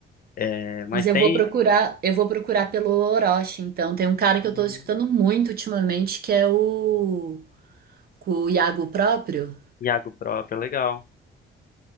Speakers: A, on the left (about 45°); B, on the right (about 50°).
A: É, mas
B: Mas
A: tem
B: eu vou procurar, eu vou procurar pelo Orochi, então. Tem um cara que
A: Uhum.
B: eu tô escutando muito ultimamente, que é o, o Iago próprio.
A: Iago próprio, legal.